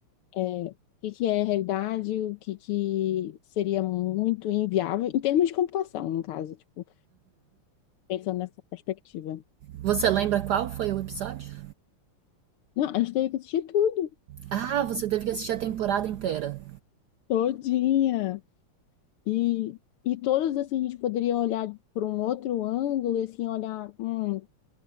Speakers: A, on the left; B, on the right.
A: é, o que que é realidade, o que que seria muito inviável, em termos de computação, no caso, tipo, pensando nessa perspectiva.
B: Você lembra qual foi o episódio?
A: Não, a gente teve que assistir tudo,
B: Ah, você teve que assistir a temporada inteira.
A: todinha. E, e todas, assim, a gente poderia olhar por um outro ângulo, e, assim, olhar, hum,